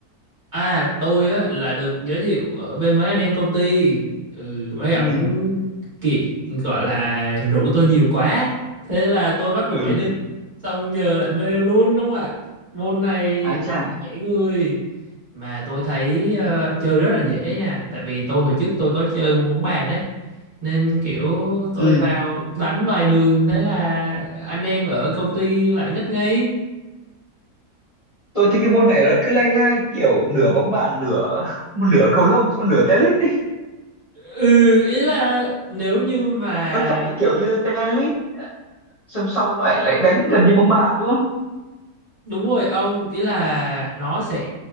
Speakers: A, on the right (about 35°); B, on the left (about 40°).
A: À tôi á là được giới thiệu ở bên mấy anh em công ty ừ, mấy ổng
B: Ừ,
A: kiệt gọi là rủ tôi nhiều quá thế là tôi bắt
B: ừ,
A: buộc phải đi xong giờ lại mê luôn đúng không ạ môn này
B: ái
A: đánh
B: chà.
A: khỏe người mà tôi thấy ờ, chơi rất là dễ nha tại vì tôi hồi trước tôi có chơi môn bóng bàn đấy nên kiểu tôi
B: Ừ,
A: vào đánh vài đường thế là anh em ở công ty lại ngất ngây
B: tôi thấy cái môn này nó cứ lai lai kiểu nửa bóng bàn, nửa một nửa cầu lông, xong nửa tennis đi.
A: ừ ý là nếu như mà
B: Nó chạy kiểu
A: gọi
B: như tennis, xong sau lại lại đánh gần như bóng bàn đúng không?
A: Đúng rồi ông, ý là nó sẽ